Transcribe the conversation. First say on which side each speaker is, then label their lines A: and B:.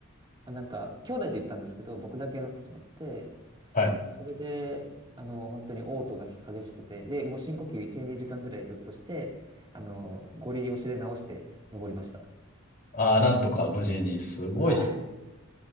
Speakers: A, on the right; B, on the left.
A: あなんか、兄弟と行ったんですけど、僕だけになってしまって、
B: はい。
A: それで、あの、本当に嘔吐が激しくて、で、もう深呼吸1、2時間ぐらいずっとして、あの、ゴリ押しで直して登りました。
B: ああ、なんとか無事に。すごいですね。
A: はい。